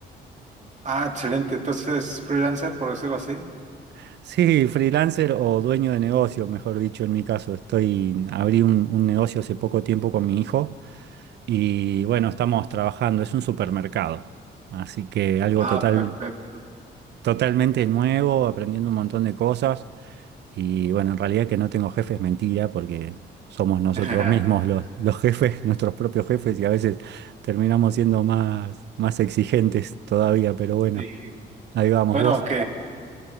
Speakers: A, on the right; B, on the right.
A: Ah, excelente. Entonces freelancer, por decirlo así.
B: <laughs> Sí, freelancer o dueño de negocio, mejor dicho, en mi caso. Estoy, abrí un, un negocio hace poco tiempo con mi hijo y bueno, estamos trabajando, es un supermercado, así que algo
A: Ah,
B: total,
A: Sí, perfecto.
B: totalmente nuevo, aprendiendo un montón de cosas. Y bueno, en realidad que no tengo jefe es mentira porque somos nosotros
A: <laughs>
B: mismos los, los jefes, <laughs> nuestros propios jefes y a veces terminamos siendo más, más exigentes todavía, pero bueno,
A: Sí.
B: ahí vamos
A: Bueno,
B: vos.
A: aunque,